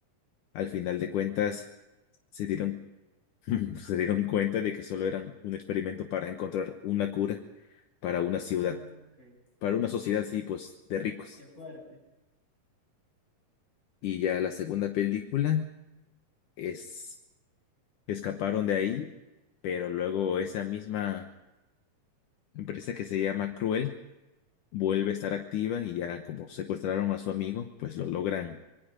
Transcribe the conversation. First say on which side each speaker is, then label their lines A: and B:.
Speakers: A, on the left; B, on the left.
A: al final de cuentas se dieron, <laughs> se dieron cuenta de que solo eran un experimento para encontrar una cura para una ciudad,
B: Ah, ok.
A: para una sociedad, sí, pues de ricos.
B: Qué fuerte.
A: Y ya la segunda película es escaparon de ahí, pero luego esa misma empresa que se llama Cruel vuelve a estar activa y ya como secuestraron a su amigo, pues lo logran